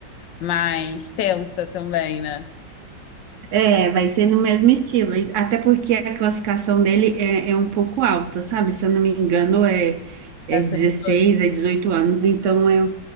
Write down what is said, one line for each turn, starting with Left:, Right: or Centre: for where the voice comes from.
Left: mais tensa também, né?
Right: É, vai ser no mesmo estilo. e Até porque a classificação dele é, é um pouco alta, sabe? Se eu não me engano, é, é
Left: Deve
Right: dezesseis
Left: ser 18.
Right: é 18 anos, então é,